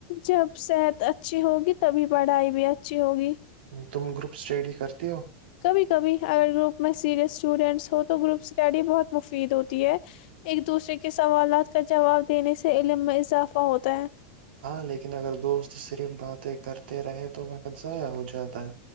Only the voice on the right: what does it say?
تم گروپ اسٹڈی کرتے ہو
ہاں لیکن اگر دوست صرف باتیں کرتے رہے تو وقت ضائع ہو جاتا ہے